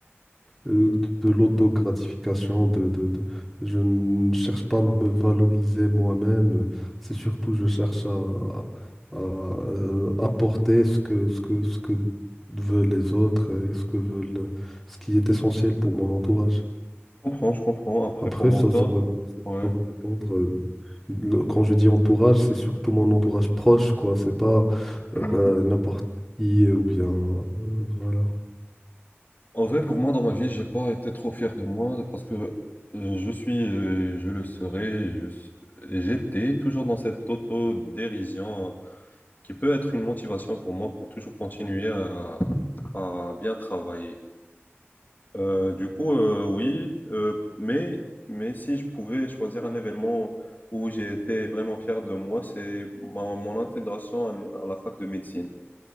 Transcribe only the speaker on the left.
Je comprends, je comprends. Après,
pour mon
cas,
ouais.
Mm.
En vrai, pour moi, dans ma vie, j'ai pas été trop fier de moi parce que euh, je suis, euh, je le serai, je s- j'étais toujours dans cette auto-dérision hein, qui peut être une motivation pour moi pour toujours continuer à, à bien travailler. Euh, du coup, euh, oui, euh, mais, mais si je pouvais choisir un événement où j'ai été vraiment fier de moi, c'est ma- mon intégration à l'u- à la fac de médecine.